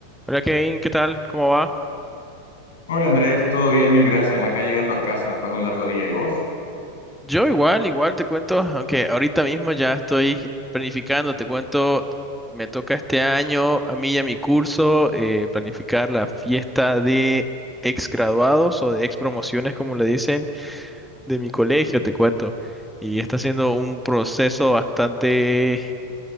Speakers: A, in the centre; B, on the left (about 60°).
A: Hola Kevin, ¿qué tal? ¿Cómo va?
B: Hola Andrés, todo bien, mil gracias. Acá llegando a casa después de un largo día. ¿Y vos?
A: Yo igual, igual te cuento, aunque ahorita mismo ya estoy planificando, te cuento, me toca este año a mí y a mi curso eh, planificar la fiesta de ex graduados o de ex promociones, como le dicen, de mi colegio, te cuento. Y está siendo un proceso bastante